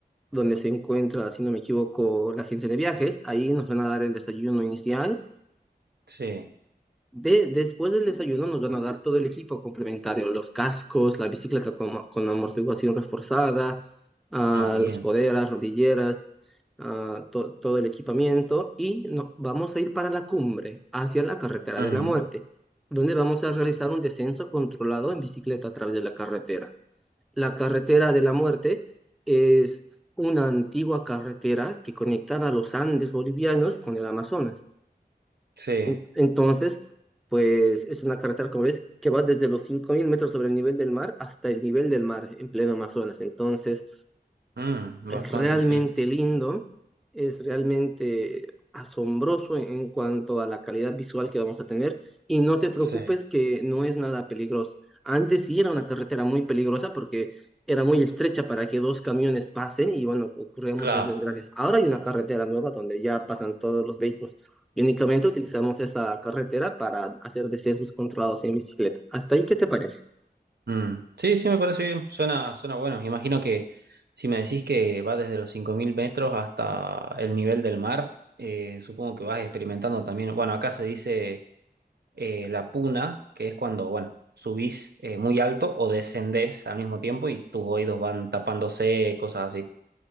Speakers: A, in the centre; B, on the right.
A: donde se encuentra, si no me equivoco, la agencia de viajes. Ahí nos van a dar el desayuno inicial
B: Sí.
A: De, después del desayuno nos van a dar todo el equipo complementario, los cascos, la bicicleta con, con amortiguación reforzada, ah,
B: Ah, bien.
A: las coderas, rodilleras, ah, to- todo el equipamiento y no- vamos a ir para la cumbre, hacia la carretera
B: Ujú,
A: de la muerte, donde vamos a realizar un descenso controlado en bicicleta a través de la carretera. La carretera de la muerte es una antigua carretera que conectaba los Andes bolivianos con el Amazonas.
B: Sí.
A: En- Entonces, pues es una carretera, como ves, que va desde los 5.000 metros sobre el nivel del mar hasta el nivel del mar en pleno Amazonas. Entonces,
B: Mm, bastante,
A: es realmente
B: sí.
A: lindo, es realmente asombroso en cuanto a la calidad visual que vamos a tener y no te preocupes
B: Sí.
A: que no es nada peligroso. Antes sí era una carretera muy peligrosa porque era muy estrecha para que dos camiones pasen y bueno, ocurrían muchas
B: Claro.
A: desgracias. Ahora hay una carretera nueva donde ya pasan todos los vehículos y únicamente utilizamos esta carretera para hacer descensos controlados en bicicleta. ¿Hasta ahí qué te parece?
B: Mm. Sí, sí, me parece bien. Suena, suena bueno. Imagino que si me decís que va desde los 5.000 metros hasta el nivel del mar, eh, supongo que vas experimentando también. Bueno, acá se dice eh, la puna, que es cuando, bueno, subís eh, muy alto o descendés al mismo tiempo y tus oídos van tapándose, cosas así.